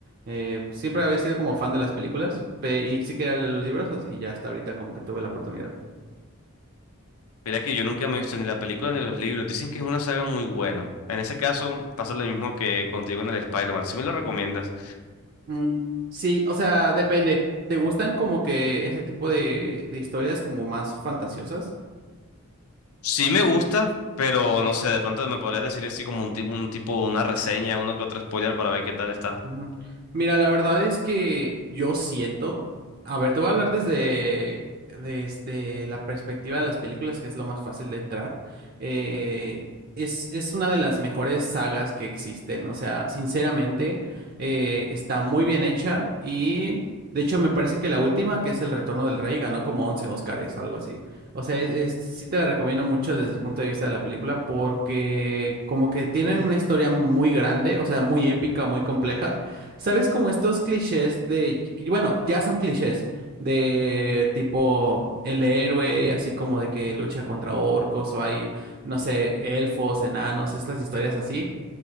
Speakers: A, on the right; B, on the left.
A: Eh, pues, siempre había sido como fan de las películas pe- y sí quería leer los libros así- y ya hasta ahorita como que tuve la oportunidad.
B: Mira que yo nunca me he visto ni la película ni los libros. Dicen que es una saga muy buena. En ese caso, pasa lo mismo que contigo en el Spider-Man. ¿Sí me lo recomiendas?
A: Mm, sí, o sea, depende. ¿Te gustan como que ese tipo de, de historias como más fantasiosas?
B: Sí me gusta, pero no sé, de pronto me podrías decir así como un tipo, un tipo, una reseña, uno que otro spoiler para ver qué tal está.
A: Ujú. Mira, la verdad es que yo siento, a ver, te voy a hablar desde, desde la perspectiva de las películas, que es lo más fácil de entrar. Eh, es, es una de las mejores sagas que existen, o sea, sinceramente, eh, está muy bien hecha y, de hecho, me parece que la última, que es El Retorno del Rey, ganó como 11 Óscares, algo así. O sea, es, es- sí te la recomiendo mucho desde el punto de vista de la película porque como que tienen una historia muy grande, o sea, muy épica, muy compleja. ¿Sabes? Como estos clichés de, que, bueno, ya son clichés de tipo el héroe y así como de que lucha contra orcos o hay, no sé, elfos, enanos, estas historias así